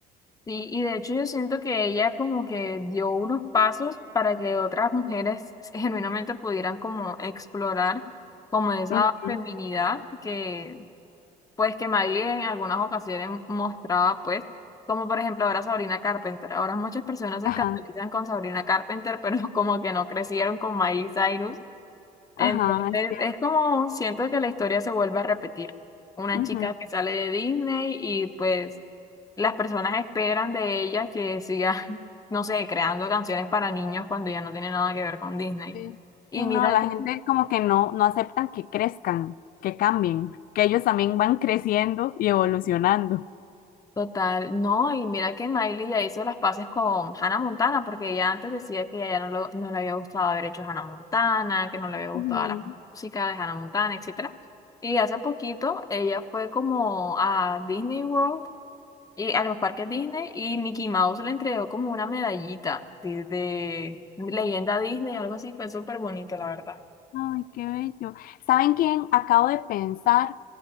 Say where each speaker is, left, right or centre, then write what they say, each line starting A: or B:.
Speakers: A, on the left; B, on the left.
A: Sí, y de hecho yo siento que ella como que dio unos pasos para que otras mujeres <laughs> genuinamente pudieran como explorar como esa
B: Ujú.
A: feminidad que pues que Miley en algunas ocasiones mostraba pues, como por ejemplo ahora Sabrina Carpenter. Ahora muchas personas se
B: Ajá,
A: escandalizan con Sabrina Carpenter, <laughs> pero como que no crecieron con Miley Cyrus Entonces,
B: ajá, es cierto.
A: es como siento que la historia se vuelve a repetir. Una
B: Ujú,
A: chica que sale de Disney y pues las personas esperan de ella que siga, <laughs> no sé, creando canciones para niños cuando ya no tiene nada que ver con Disney.
B: Sí.
A: Y
B: Sí,
A: mira
B: no, la
A: que,
B: gente como que no, no aceptan que crezcan, que cambien, que ellos también van creciendo y evolucionando.
A: total, no, y mira que Miley ya hizo las paces con Hannah Montana, porque ella antes decía que a ella no, lo- no le había gustado haber hecho Hannah Montana, que no le había gustado
B: Ujú.
A: la música de Hannah Montana, etcétera. Y hace poquito ella fue como a Disney World eh, a los parques Disney y Mickey Mouse le entregó como una medallita sí, de leyenda Disney, algo así, fue súper bonito, la verdad.
B: Ay, qué bello. ¿Saben quién? Acabo de pensar